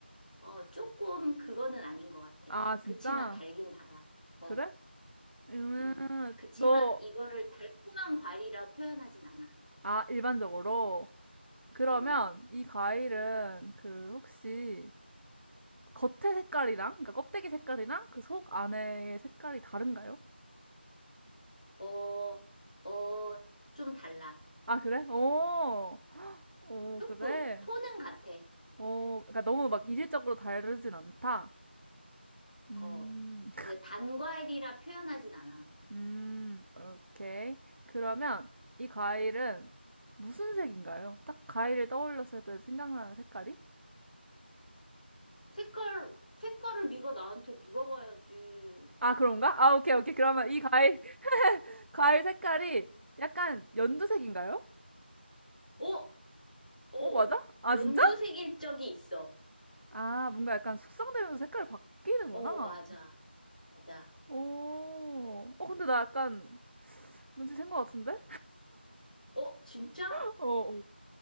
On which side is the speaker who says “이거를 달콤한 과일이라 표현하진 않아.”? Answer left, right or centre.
Left